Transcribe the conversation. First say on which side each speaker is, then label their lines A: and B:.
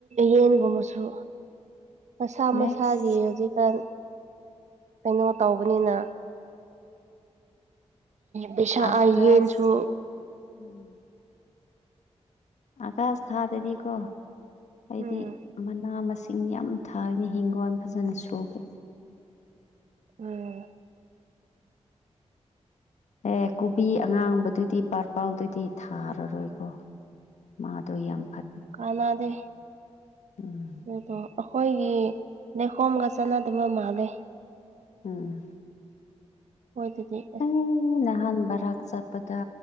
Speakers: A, on the right (about 75°); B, on the left (about 80°).
A: ꯌꯦꯟꯒꯨꯝꯕꯁꯨ ꯃꯁꯥ ꯃꯁꯥꯒꯤ
B: ꯅꯦꯛꯁ
A: ꯍꯧꯖꯤꯛꯀꯥꯟ ꯀꯩꯅꯣ ꯇꯧꯕꯅꯤꯅ ꯄꯩꯁꯥ
B: ꯑꯀꯥꯁ
A: ꯑꯥ ꯌꯦꯟꯁꯨ
B: ꯎꯝ ꯑꯒꯥꯁ ꯊꯥꯗꯗꯤꯀꯣ ꯑꯩꯗꯤ
A: ꯎꯝ
B: ꯃꯅꯥ ꯃꯁꯤꯡ ꯁꯤꯡ ꯌꯥꯝ ꯊꯥꯒꯅꯤ ꯍꯤꯡꯒꯣꯜ ꯐꯖꯅ ꯁꯨꯒꯦ
A: ꯎꯝ
B: ꯑꯦ ꯀꯣꯕꯤ ꯑꯉꯥꯡꯕꯗꯨꯗꯤ ꯄꯔꯄꯥꯜꯗꯗꯤ ꯊꯥꯔꯔꯣꯏꯀꯣ ꯃꯥꯗꯣ ꯌꯥꯝ ꯐꯠ
A: ꯀꯅꯥꯗꯦ
B: ꯎꯝ
A: ꯑꯗꯣ ꯑꯩꯈꯣꯏꯒꯤ ꯂꯩꯈꯣꯝꯒ ꯆꯥꯟꯅꯗꯕ ꯃꯥꯜꯂꯦ
B: ꯎꯝ
A: ꯃꯣꯢꯗꯨꯗꯤ
B: ꯑꯩ ꯅꯍꯥꯟ ꯕꯔꯥꯛ ꯆꯠꯄ ꯗ